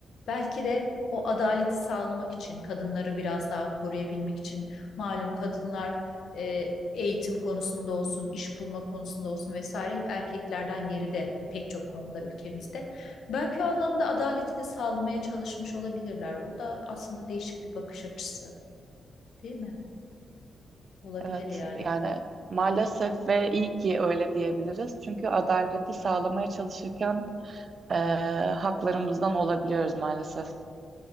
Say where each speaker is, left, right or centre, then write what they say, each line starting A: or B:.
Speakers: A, on the left; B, on the right.
A: Belki de o adaleti sağlamak için kadınları biraz daha koruyabilmek için malum kadınlar e, eğitim konusunda olsun, iş bulma konusunda olsun vesaire hep erkeklerden geride pek çok konuda ülkemizde. Belki o anlamda adaleti de sağlamaya çalışmış olabilirler. O da aslında değişik bir bakış açısı, değil mi? Olabilir
B: Evet,
A: yani.
B: yani maalesef ve iyi ki öyle diyebiliriz. Çünkü adaleti sağlamaya çalışırken eee, haklarımızdan olabiliyoruz maalesef.